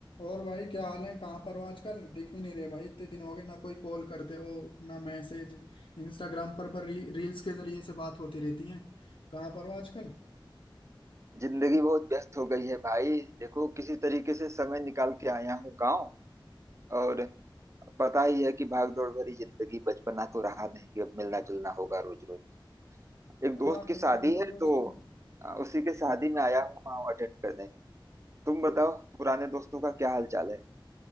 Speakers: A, on the left; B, on the right.
A: और भाई क्या हाल है कहाँ पर हो आजकल दिख भी नहीं रहे भाई इतने दिन हो गए ना कोई कॉल करते हो ना मैसेज इंस्टाग्राम पर पर री, रील्स के जरिए से बात होती रहती है कहाँ पर हो आजकल
B: जिंदगी बहुत व्यस्त हो गई है भाई देखो किसी तरीके से समय निकाल के आया हूँ गांव और पता ही है कि भाग दौड़ भरी जिंदगी बचपना तो रहा नहीं कि अब मिलना जुलना होगा रोज रोज एक दोस्त
A: हाँ
B: की
A: रो,
B: शादी
A: रोज
B: है
A: रोज
B: तो
A: तो
B: अ, उसी के शादी में आया हूँ वहाँ अटेंड करने तुम बताओ पुराने दोस्तों का क्या हाल चाल है